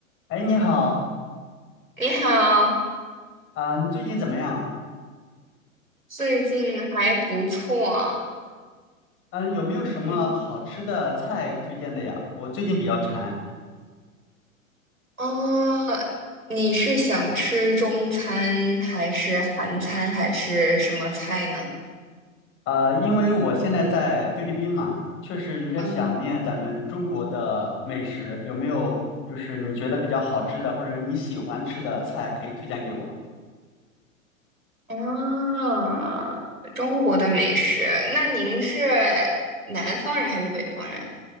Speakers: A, on the left; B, on the right.
A: 哎，你好，
B: 你好，
A: 啊、你最近怎么样？
B: 最近还不错。
A: 嗯，有没有什么好吃的菜推荐的呀？
B: 嗯，
A: 我最近比较馋，
B: 哦，你是想吃中餐还是韩餐还是什么菜呢？
A: 呃，因为我现在在菲律宾嘛，确实有点想念咱们中国的美食。
B: 嗯，
A: 有没有就是你觉得比较好吃的，或者是你喜欢吃的菜可以推荐给我？
B: 啊，中国的美食。那您是南方人还是北方人？